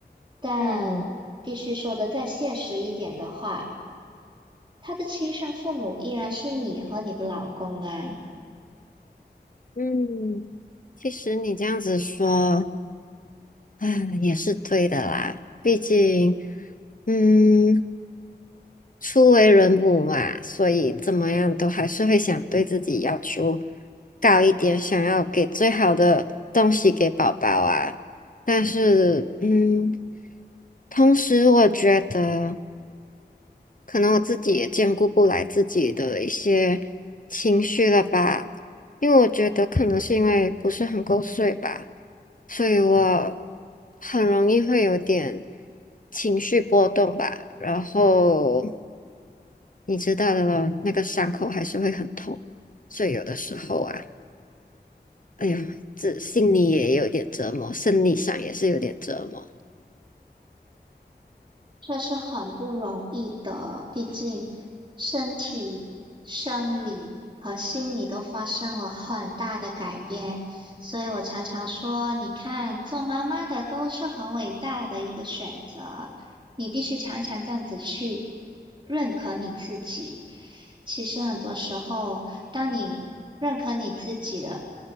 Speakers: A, on the right; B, on the left.
A: 但必须说的再现实一点的话，
B: 嗯
A: 他的亲生父母依然是你和你的老公啊。
B: 嗯，其实你这样子说，嗯，也是对的啦，毕竟，嗯，初为人母嘛，所以怎么样都还是会想对自己要求高一点，想要给最好的东西给宝宝啊。但是，嗯，同时我觉得。可能我自己也兼顾不来自己的一些情绪了吧，因为我觉得可能是因为不是很够睡吧，所以我很容易会有点情绪波动吧，然后你知道的了，那个伤口还是会很痛，所以有的时候啊，哎呦，这心里也有点折磨，生理上也是有点折磨。
A: 这是很不容易的，毕竟身体、生理和心理都发生了很大的改变，所以我常常说，你看，做妈妈的都是很伟大的一个选择，你必须常常这样子去认可你自己。其实很多时候，当你认可你自己的